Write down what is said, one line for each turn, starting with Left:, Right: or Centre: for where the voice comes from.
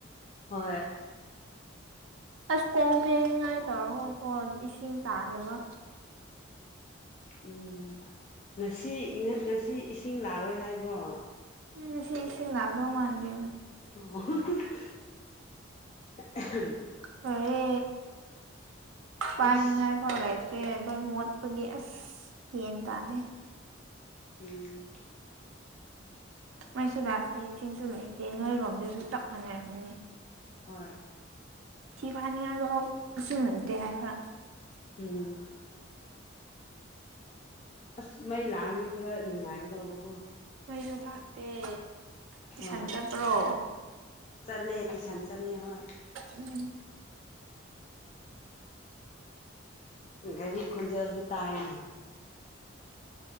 Left: ꯍꯣꯏ
Right: ꯑꯁ ꯀꯣꯟ ꯐꯦꯡꯅꯤꯡꯉꯥꯏꯒꯉꯀꫭ ꯏꯁꯤꯡ ꯇꯥꯗꯕ
Left: ꯎꯝ ꯉꯁꯤ ꯉꯁꯤ ꯏꯁꯤꯡ ꯂꯥꯛꯔꯣꯏ ꯍꯥꯏꯕ꯭ꯔꯣ
Right: ꯎꯝ ꯉꯁꯤ ꯏꯁꯤꯡ ꯂꯥꯛꯇꯧ ꯃꯥꯟꯗꯦ
Left: ꯑꯣ
Right: ꯐꯔꯦ ꯄꯥꯏꯅꯤꯉꯥꯏ
Left: ꯑꯁ
Right: ꯐꯥꯎ ꯂꯩꯥꯏꯇꯦ ꯑꯗꯨ ꯃꯣꯠꯄꯒꯤ ꯑꯁ ꯒꯌ꯭ꯥꯟ ꯇꯥꯗꯦ
Left: ꯎꯝ
Right: ꯃꯩꯁꯨ ꯂꯥꯛꯇꯦ ꯆꯤꯡꯁꯨ ꯂꯩꯇꯦ ꯅꯣꯏꯔꯣꯝꯗꯁꯨ ꯆꯞ ꯃꯥꯟꯅꯔꯝꯒꯅꯤ
Left: ꯍꯣꯏ
Right: ꯊꯤ ꯐꯥꯅꯤꯉꯥꯏꯐꯥꯎ ꯏꯁꯤꯡ ꯂꯩꯇꯦ ꯍꯥꯏꯕ
Left: ꯎꯝ ꯑꯁ ꯃꯩ ꯂꯥꯛꯑꯗꯤ ꯈꯔ ꯅꯨꯡꯉꯥꯏꯒꯗꯧꯕꯀꯣ
Right: ꯃꯩꯁꯨ ꯂꯥꯛꯇꯦ ꯇꯨꯏꯁꯟ
Left: ꯍꯣꯏ
Right: ꯆꯠꯄꯔꯣ
Left: ꯆꯠꯂꯦ ꯇꯨꯏꯁꯟ ꯆꯠꯂꯦ ꯍꯣꯏ
Right: ꯎꯝ
Left: ꯒꯥꯔꯤ ꯈꯣꯟꯖꯦꯜꯁꯨ ꯇꯥꯏꯅꯦ